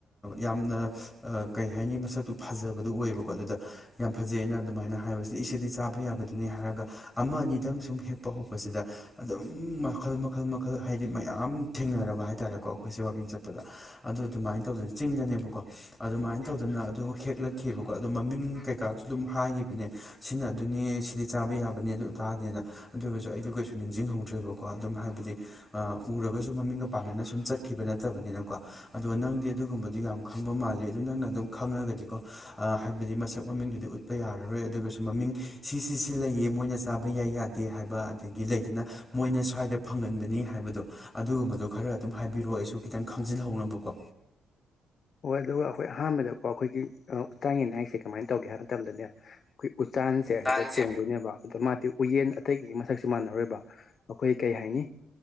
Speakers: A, on the left; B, on the left.
A: ꯌꯥꯝꯅ ꯑ ꯀꯩ ꯍꯥꯏꯅꯤ ꯃꯁꯛꯇꯨ ꯐꯖꯕꯗꯨ ꯑꯣꯏꯌꯦꯕꯀꯣ ꯑꯗꯨꯗ ꯌꯥꯝ ꯐꯖꯩꯑꯅ ꯑꯗꯨꯃꯥꯏꯅ ꯍꯥꯏꯕꯁꯤꯗꯤ ꯏꯗꯤ ꯆꯥꯕ ꯌꯥꯕꯗꯨꯅꯤ ꯍꯥꯏꯔꯒ ꯑꯃ ꯑꯅꯤꯗꯪ ꯁꯨꯝ ꯍꯦꯛꯄ ꯍꯧꯕꯁꯤꯗ ꯑꯗꯨꯝ ꯃꯈꯜ ꯃꯈꯜ ꯃꯈꯜ ꯍꯥꯏꯗꯤ ꯃꯌꯥꯝ ꯊꯦꯡꯅꯔꯕ ꯍꯥꯏꯇꯥꯔꯦꯀꯣ ꯑꯩꯈꯣꯏꯁꯦ ꯋꯥꯛꯀꯤꯡ ꯆꯠꯄꯗ ꯑꯗꯨ ꯑꯗꯨꯃꯥꯏꯅ ꯇꯧꯗꯅ ꯆꯤꯡꯗꯅꯦꯕꯀꯣ ꯑꯗꯨꯃꯥꯏꯅ ꯇꯧꯗꯅ ꯑꯗꯨ ꯍꯦꯛꯂꯛꯈꯤꯕꯀꯣ ꯑꯗꯨꯗꯣ ꯃꯃꯤꯡ ꯀꯩꯀꯥꯁꯨ ꯑꯗꯨꯝ ꯍꯥꯏꯈꯤꯕꯅꯦ ꯁꯤꯅ ꯑꯗꯨꯅꯤ ꯁꯤꯗꯤ ꯆꯥꯕ ꯌꯥꯕꯅꯦ ꯑꯗꯨ ꯑꯗꯅꯤꯗ ꯑꯗꯨ ꯑꯣꯏꯒꯁꯨ ꯑꯩꯗꯨ ꯀꯩꯁꯨ ꯅꯤꯡꯁꯤꯡꯍꯧꯗ꯭ꯔꯦꯕꯀꯣ ꯑꯗꯨꯝ ꯍꯥꯏꯕꯗꯤ ꯎꯔꯒꯁꯨ ꯃꯃꯤꯡꯒ ꯄꯥꯟꯅꯅ ꯁꯨꯝ ꯆꯠꯈꯤꯕ ꯅꯠꯇꯕꯅꯤꯅꯀꯣ ꯑꯗꯣ ꯅꯪꯗꯤ ꯑꯗꯨꯒꯨꯝꯕꯗꯨ ꯌꯥꯝ ꯈꯪꯕ ꯃꯥꯜꯂꯦ ꯑꯗꯨ ꯅꯪꯅ ꯑꯗꯨꯝ ꯈꯪꯉꯒꯗꯤꯀꯣ ꯍꯥꯏꯕꯗꯤ ꯃꯁꯛ ꯃꯃꯤꯡꯗꯨꯗꯤ ꯎꯠꯄ ꯌꯥꯔꯔꯣꯏ ꯑꯗꯨꯒꯁꯨ ꯃꯃꯤꯡ ꯁꯤꯁꯤ ꯁꯤ ꯂꯩꯌꯦ ꯃꯣꯏꯅ ꯆꯥꯕ ꯌꯥꯏ ꯌꯥꯗꯦ ꯍꯥꯏꯕ ꯑꯗꯒꯤ ꯂꯩꯗꯅ ꯃꯣꯏꯅ ꯁ꯭ꯋꯥꯏꯗ ꯐꯪꯒꯟꯕꯅꯤ ꯍꯥꯏꯕꯗꯣ ꯑꯗꯨꯒꯨꯝꯕꯗꯣ ꯈꯔ ꯑꯗꯨꯝ ꯍꯥꯏꯕꯤꯔꯣ ꯑꯩꯁꯨ ꯈꯤꯇꯪ ꯈꯪꯖꯤꯟꯍꯧꯅꯕꯀꯣ
B: ꯍꯣꯏ ꯑꯗꯨꯒ ꯑꯩꯈꯣꯏ ꯑꯍꯥꯟꯕꯗꯀꯣ ꯑꯩꯈꯣꯏꯒꯤ ꯆꯥꯡ ꯌꯦꯅꯥ ꯍꯥꯏꯁꯦ ꯀꯃꯥꯏꯅ ꯇꯧꯒꯦ ꯍꯥꯏꯕ ꯃꯇꯝꯗꯅꯦ ꯑꯩꯈꯣꯏ ꯎꯆꯆꯥꯟꯁꯦ ꯑꯁꯤꯗ
A: ꯇꯥꯟꯁꯦ
B: ꯆꯣꯡꯗꯣꯏꯅꯦꯕ <inaudible> ꯑꯗꯣ ꯃꯥꯗꯤ ꯎꯌꯦꯟ ꯑꯇꯩꯒꯤ ꯃꯁꯛꯁꯨ ꯃꯥꯟꯅꯔꯣꯏꯕ ꯑꯩꯈꯣꯏ ꯀꯩ ꯍꯥꯏꯅꯤ